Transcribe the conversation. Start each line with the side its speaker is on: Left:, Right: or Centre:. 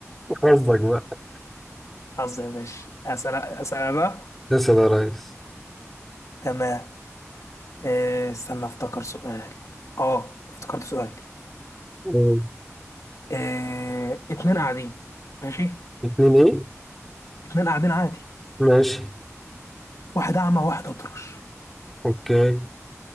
Centre: حظك بقى
Left: حظ يا باشا اسأل اسأل أنا بقى
Centre: اسأل يا ريس
Left: تمام آه استنى افتكر سؤال اه افتكرت سؤال
Centre: مم.
Left: آه اتنين قاعدين ماشي
Centre: اتنين ايه؟
Left: اتنين قاعدين عادي
Centre: ماشي
Left: واحد اعمى واحد اطرش
Centre: اوكي